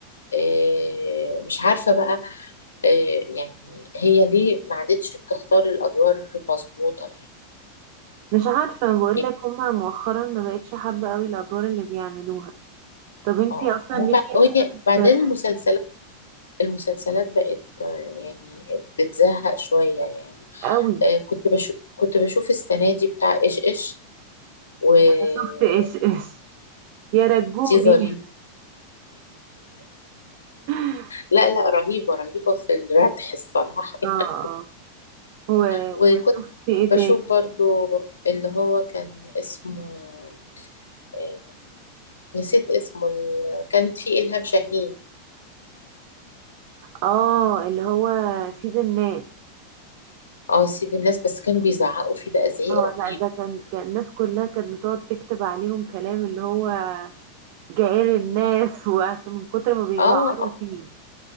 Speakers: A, on the left (about 70°); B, on the right (about 45°).
A: آه، مش عارفة بقى آه، يعني هي ليه ما عادتش بتختار الأدوار مظبوطة يعني
B: مش عارفة بقولك
A: يعني،
B: هما مؤخرا ما بقتش حابة قوي الأدوار اللي بيعملوها طب انتي
A: اه
B: أصلا
A: هو
B: ليكي
A: بع-
B: مثلا
A: هي- بعدين المسلسلات
B: في-
A: المسلسلات بقت آه، يعني بتزهق شوية يعني
B: قوي
A: آه، كنت بشوف كنت بشوف السنة دي بتاع إيش إيش وشفتيه
B: أنا شفت إيش إيش يا رجوبي
A: ظريف
B: <laughs>
A: لا لا رهيبة رهيبة في الردح الصراحة <laughs>
B: اه اه و...
A: وكنت
B: وشفت ايه تاني
A: بشوف برضو اللي هو كان اسمه آه، نسيت اسمه ال- كانت فيه إلهام شاهين
B: اه اللي هو سيد الناس
A: اه سيد الناس بس كانوا بيزعقوا فيه بقى زعيق
B: اه
A: رهيب
B: لا ده كان كان الناس كلها كانت بتقعد تكتب عليهم كلام اللي هو جعير الناس <laughs> وعشان من كتر ما بيجعروا
A: اه آه.
B: فيه